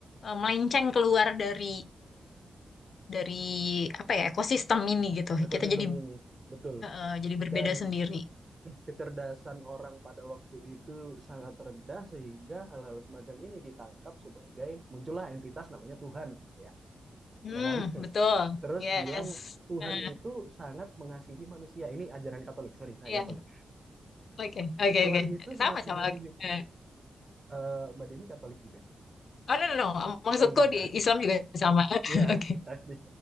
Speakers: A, on the left; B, on the right.
A: eh, melenceng keluar dari dari apa ya ekosistem ini gitu.
B: ekosistem
A: Kita jadi
B: ini betul
A: eh, jadi berbeda
B: dan
A: sendiri.
B: kecerdasan orang pada waktu itu sangat rendah sehingga hal-hal semacam ini ditangkap sebagai muncullah entitas namanya Tuhan gitu ya
A: Hmm,
B: ya kan <laughs>
A: betul.
B: Terus
A: Yes.
B: bilang Tuhan
A: Eh,
B: itu sangat mengasihi manusia. Ini ajaran Katolik, sorry, saya
A: Iya,
B: Katolik.
A: Oke,
B: <laughs>
A: oke,
B: Tuhan
A: oke.
B: itu sangat
A: Sama,
B: mengasihi
A: sama. oke. Eh,
B: eh, Mbak Dini Katolik juga.
A: Oh, no, no, no. Maksudku
B: Oh enggak kan?
A: di Islam juga sama. <laughs>
B: Iya.
A: Oke.
B: kan? <laughs>